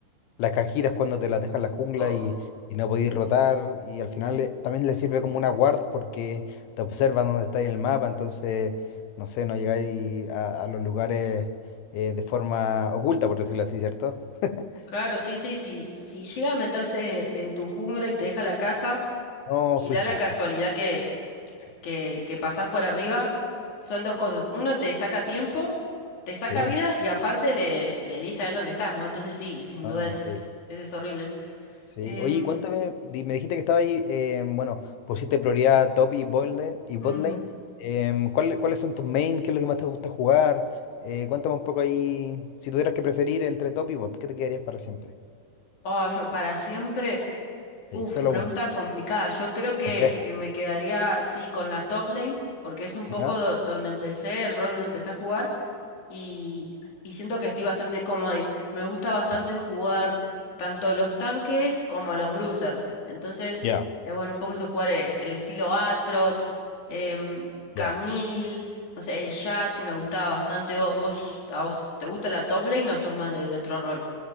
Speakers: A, on the left; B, on the left.
A: Las cajitas cuando te las deja en la jungla
B: Oh,
A: y, y no podéis rotar. Y al final le- también le sirve como una guard porque te observan dónde está en el mapa. Entonces, no sé, no llegáis a, a los lugares eh, de forma oculta, por decirlo así, ¿cierto? <laughs>
B: claro, sí, sí, sí. Si llega a meterse en tu jungla y te deja la caja
A: No,
B: y
A: fuiste,
B: da la casualidad
A: fuiste.
B: que, que, que pasás por arriba son dos cosas. Uno te saca tiempo, te saca
A: Sí,
B: vida y aparte le, le dice a él dónde estás, ¿no? Entonces sí, sin
A: no,
B: duda es,
A: horrible.
B: es, es horrible eso.
A: Sí,
B: Em,
A: oye, cuéntame, di- me dijiste que estaba ahí, eh, bueno, pusiste prioridad a top y bot lane, y bot
B: ujú.
A: lane. Em, ¿cuál- ¿cuáles son tus main? ¿Qué es lo que más te gusta jugar? Eh, cuéntame un poco ahí, si tuvieras que preferir entre top y bot, ¿qué te quedarías para siempre?
B: Oh, yo para siempre,
A: Sí,
B: uf,
A: solo
B: pregunta
A: una,
B: complicada. Yo creo que,
A: compleja,
B: que me quedaría, sí, con la top lane, porque es un
A: ¿ya?
B: poco do- donde empecé, el rol donde empecé a jugar. y, y siento que estoy bastante cómoda y me gusta bastante
A: Ya,
B: jugar tanto los tanques como los bruisers. Entonces,
A: ya,
B: eh, bueno, un poco eso jugar eh, el estilo Atrox, em, Camille,
A: ya.
B: no sé, el Jax me gustaba bastante. ¿Vos, vos- a vos te gusta la top lane o sos más de, de otro rol?